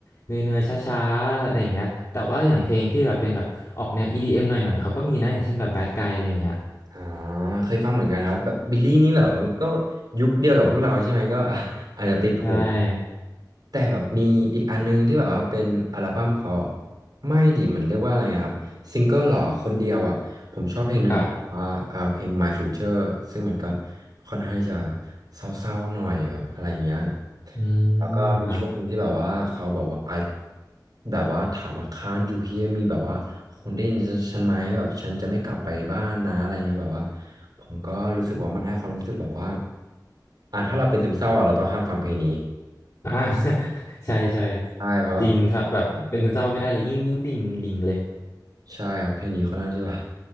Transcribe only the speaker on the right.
อ่าเคยฟังเหมือนกันครับแบบบิลลี่นี่แบบมันก็ยุคเดียวกับพวกเราใช่ไหมก็ <laughs> อ่ะอาจจะติดหู
แต่แบบมีอีกอันนึงที่แบบว่าเป็นอัลบั้มเขาอะไม่ดิมันเรียกว่าอะไรนะครับซิงเกิลหรอคนเดียวอ่ะผมชอบเพลงหนึ่งที่แบบว่าอ่าเพลง
My Future ซึ่งมันก็ค่อนข้างจะเศร้าๆหน่อยแบบอะไรอย่างเงี้ย
แล้วก็มีช่วงหนึ่งที่แบบว่าเขาบอกว่า
I แบบว่าถามว่า can't you hear me แบบว่าคุณได้ยินฉันฉันไหมแบบฉันจะไม่กลับไปบ้านนะอะไรเงี้ยแบบว่าผมก็รู้สึกว่ามันให้ความรู้สึกแบบว่าอ่ะถ้าเราเป็นซึมเศร้าอ่ะเราต้องห้ามฟังเพลงนี้
ใช่เพราะแบบ
ใช่ครับเพลงนี้ค่อนข้างที่จะแบบ